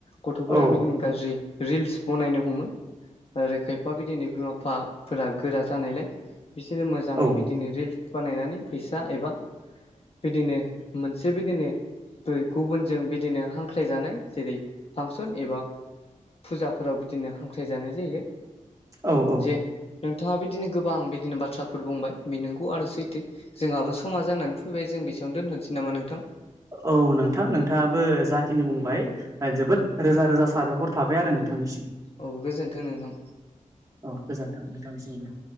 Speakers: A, on the left; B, on the right.
A: गथ'फोरा
B: औ
A: बिदिनो गाज्रि रिल्स बनायनो हमो ओरै खायफा बिदिनो बिमा बिफाफोरा गोरा जानायलाय बिसोरो मोजाङै
B: औ
A: बिदि दिनै रिल्स बानायनानै फैसा एबा बिदिनो मोनसे बिदिनो <unintelligible> गुबुनजों बिदिनो हांख्रायजानाय जेरै फांसन एबा फुजाफोराव बिदिनो हांख्राय जानाय जायो
B: औ औ
A: जे नोंथाङा बिदिनो गोबां बिदिनो बाथ्राफोर बुंबाय बे नंगौ आरो सैथो जोंहाबो समा जानानै फैबाय जों बेसेयावनो दोनथ'नोसै नामा नोंथां
B: औ नोंथां नोंथाङाबो जाखिनि बुंबाय ओ जोबोद रोजा रोजा साबायखर थाबाय आरो नोंथांनिसिम
A: औ गोजोन्थों नोंथां
B: औ गोजोन्थों नोंथांनिसिमबो